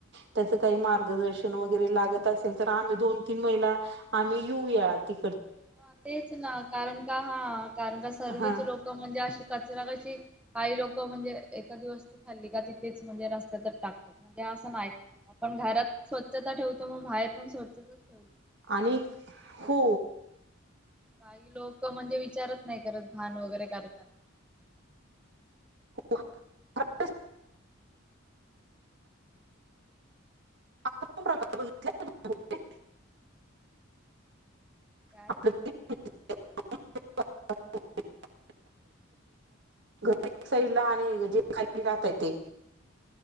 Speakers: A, on the right; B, in the centre.
A: त्याच काही मार्गदर्शन वगैरे लागत असेल तर आम्ही दोन तीन महिला आम्ही येऊ या ति
B: हा तेच ना कारण का हा कारण का सर्वीच
A: हा
B: लोक म्हणजे अशी कचरा कशी काही लोक म्हणजे एकादी दिवस् तू खाल्ली का तिथेच म्हणजे रस्त्या तर टाकतात. म्हणजे असं नाही आपण घरात स्वच्छता ठेवतो मग बाहेर पण स्वच्छता
A: आणि हो.
B: काही लोक म्हणजे विचारत नाही करत घाण वगैरे करताना
A: <unintelligible> <unintelligible>
B: काय?
A: आपल्या <unintelligible> घर एक साईडला आणि जे खाली जहातय ते.